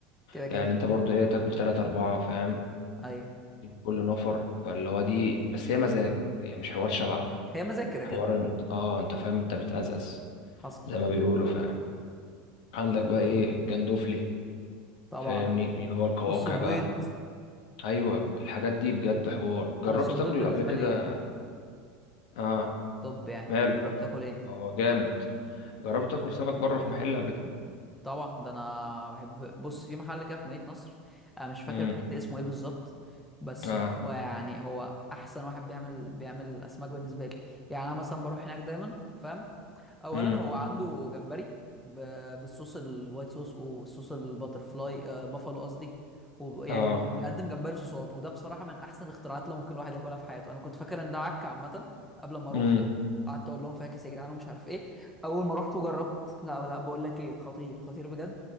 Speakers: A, in the centre; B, on the left (about 75°).
A: كده كده
B: يعني انت برضو ايه تاكل تلاتة اربعة فاهم
A: ايوه
B: كل نفر فاللي هو دي بس هي مزاج هي مش حوار شبع
A: هي مزاج كده
B: حوار
A: كده
B: انت اه انت فاهم انت بتأزأز
A: حصل
B: زي ما بيقولوا فاهم عندك بقى ايه
A: اه
B: جندوفلي
A: طبعا
B: فاهمني اللي هو القواقع
A: والصبيط
B: بقى ايوه الحاجات دي بجد حوار جربت
A: انا الصبيط
B: تاكل
A: بالنسبة
B: قبل كده
A: لي ايه
B: اه
A: طب يعني
B: ماله
A: جربت اكل ايه
B: هو جامد جربت تاكل سمك بره في محل قبل كده
A: طبعا ده انا بحب بص في محل كده في مدينة نصر انا مش فاكر
B: امم
A: بجد اسمه ايه بالظبط بس
B: اه
A: هو يعني هو احسن واحد بيعمل بيعمل اسماك بالنسبه لي يعني انا مثلا بروح هناك دايما فاهم اولا
B: امم
A: هو عنده جمبري ب... بالصوص الوايت صوص والصوص الباترفلاي آه بافالو قصدي وب... يعني
B: اه
A: بي... بيقدم جمبري صوصات وده بصراحه من احسن الاختراعات اللي ممكن الواحد ياكلها في حياته انا كنت فاكر ان ده عك عامه قبل ما اروح
B: امم
A: وقعدت اقول لهم فاكس يا جدعان ومش عارف ايه اول ما رحت وجربت لا لا بقول لك ايه خطير خطير بجد